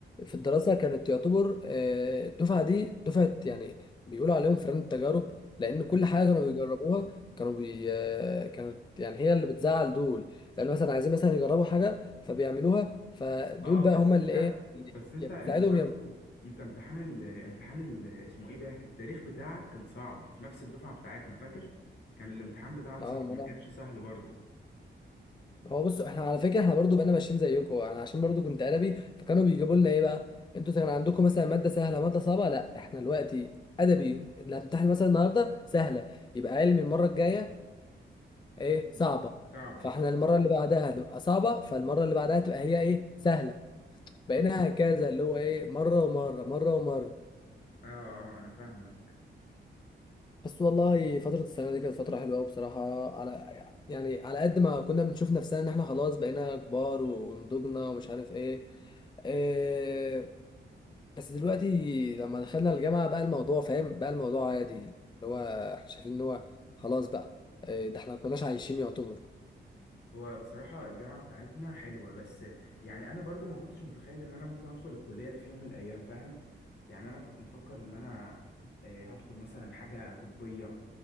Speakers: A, on the left (about 25°); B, on the left (about 60°).
A: في الدراسة كانت تعتبر اه، الدفعة دي دفعة يعني بيقولوا عليهم فران التجارب لان كل
B: مم.
A: حاجة كانوا بيجربوها كانوا بي اه، كانت يعني هي اللي بتزعل دول يعني مثلا عايزين مثلا يجربوا حاجة فبيعملوها فدول
B: اه
A: بقى
B: بس
A: هما
B: انت
A: اللي ايه
B: بس انت
A: يا بتساعدهم
B: انت برضو
A: يا بت-
B: انت امتحان ال امتحان ال اسمه ايه ده التاريخ بتاعك كان صعب في نفس الدفعة بتاعتنا فاكر كان الامتحان بتاعك
A: اه
B: صعب
A: ما
B: ما
A: انا
B: كانش سهل برضو
A: هو بص احنا على فكره احنا برضو بقينا ماشيين زيكم انا عشان برضو كنت ادبي فكانوا بيجيبوا لنا ايه بقى انتوا كان عندكم مثلا ماده سهله ماده صعبه لا احنا دلوقتي ادبي اللي هتمتحن مثلا النهارده سهله يبقى علمي المره الجايه ايه
B: مم.
A: صعبه
B: صعبة
A: فاحنا المره اللي بعدها هتبقى صعبه فالمره اللي بعدها تبقى هي ايه سهله بقينا هكذا اللي هو ايه مره ومره مره ومره
B: اه اه انا فاهمك
A: بس والله فترة السنة دي كانت فترة حلوة أوي بصراحة على يعني على قد ما كنا بنشوف نفسنا إن إحنا خلاص بقينا كبار ونضجنا ومش عارف إيه إيه بس دلوقتي لما دخلنا الجامعة بقى الموضوع فاهم بقى الموضوع عادي اللي هو إحنا شايفين إن هو خلاص بقى إيه ده إحنا مكناش عايشين يعتبر
B: هو بصراحة الجامعة بتاعتنا حلوة بس يعني أنا برضو ما كنتش متخيل إن أنا ممكن أدخل الكلية دي في يوم من الأيام فاهم يعني أنا كنت مفكر إن أنا آه، هدخل مثلا حاجة طبية